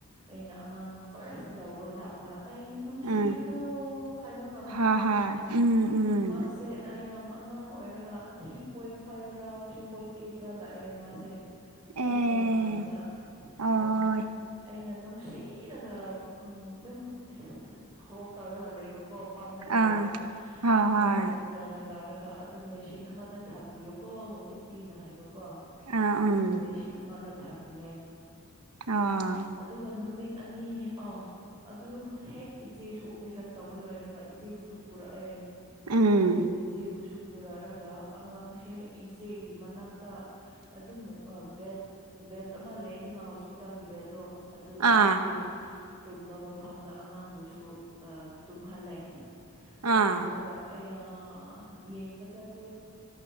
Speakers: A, on the right (about 20°); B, on the right (about 90°).
A: ꯑꯩꯅ ꯑꯉꯥꯡ ꯐꯥꯔꯁ ꯂꯧꯕ ꯂꯥꯛꯄ ꯑꯩ ꯅꯨꯡꯁꯤꯕꯗꯣ
B: ꯑꯥ ꯎꯝ
A: ꯍꯥꯏꯕ ꯉꯝꯗꯦ
B: ꯍꯣꯏ ꯍꯣꯏ ꯎꯝ ꯎꯝ
A: ꯃꯥꯁꯦ ꯌꯥꯝ ꯑꯉꯥꯡ ꯑꯣꯏꯔꯒ ꯊ꯭ꯔꯤ ꯄꯣꯏꯟ ꯐꯥꯏꯚ ꯔ ꯊ꯭ꯔꯤ ꯄꯣꯏꯟ ꯑꯩꯠꯔ ꯂꯥꯛꯑꯦ ꯃꯥꯁꯦ ꯄꯣꯛꯄ
B: ꯑꯦ
A: ꯃꯇꯝꯗ ꯑ
B: ꯑꯣꯏ
A: ꯑꯩꯅ ꯅꯨꯡ ꯁꯤꯔꯒ ꯎ ꯑꯗꯨꯝ ꯍꯣꯜ ꯇꯧꯔꯒ ꯂꯩꯕ ꯀꯣ ꯄꯥꯝꯔꯒ ꯂꯩꯕ
B: ꯑꯥ ꯍꯣꯏ
A: ꯑꯗꯨꯅ
B: ꯍꯣꯏ
A: ꯗꯣꯛꯇꯔꯅ ꯂꯥꯛꯔꯒ ꯑꯗꯨ ꯃꯦꯁꯤꯟ ꯑꯃꯗ ꯊꯝꯕꯤꯌꯨ ꯀꯣ ꯍꯧꯖꯤꯛꯇꯤꯅ ꯍꯥꯏꯕꯀꯣ
B: ꯑꯥ
A: ꯑꯗꯨꯒ
B: ꯎꯝ
A: ꯃꯦꯁꯤꯟ ꯑꯃꯗ ꯊꯥꯕꯤꯌꯦ
B: ꯑꯥ
A: ꯑꯗꯨꯒ ꯅꯨꯃꯤꯠ ꯑꯅꯤ ꯑ ꯑꯗꯨ ꯍꯦꯛ ꯏꯆꯦꯁꯨ ꯑꯣꯄꯔꯦꯁꯟ ꯇꯧꯕ ꯂꯣꯏꯔꯒ ꯏꯆꯦꯕꯨꯁꯨ ꯄꯨꯔꯛꯑꯦ
B: ꯎꯝ
A: ꯏꯆꯦꯕꯨꯁꯨ ꯄꯨꯔꯔꯒ ꯑꯉꯥꯡꯁꯦ ꯏꯆꯦꯒꯤ ꯃꯅꯥꯛꯇ ꯑꯗꯨꯃ ꯕꯦꯠ ꯕꯦꯠ ꯑꯃ ꯂꯩ ꯑꯗꯨꯅ ꯍꯣꯁꯄꯤꯇꯥꯜꯒꯤ ꯕꯗꯣ ꯑꯗꯨ
B: ꯑꯥ
A: ꯏꯆꯦ ꯇꯨꯝꯕ ꯃꯐꯝꯗ ꯑꯉꯥꯡꯕꯨꯁꯨ ꯑ ꯇꯨꯝꯍꯜꯂꯦ ꯇꯨꯝꯍꯜꯂꯒ
B: ꯑꯥ
A: ꯌꯥ ꯌꯦꯡꯕꯗꯗꯤ